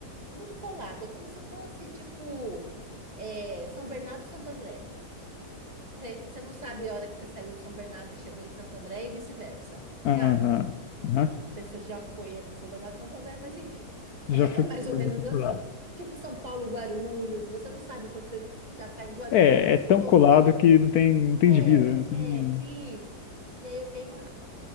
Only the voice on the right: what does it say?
muito colado. É como se fosse, tipo, é, São Bernardo e Santo André. Você você não sabe a hora que você saiu de São Bernardo e chegou em Santo André e vice-versa, sabe?
Não sei se você já foi é, para São Bernardo do Santander, mas enfim,
é,
é mais ou menos
assim.
Tipo São Paulo, Guarulhos, você não sabe quando você já está em Guarulhos.
e- Ou,
se-
é,
é, isso. E aí eu fiquei em Manhattan.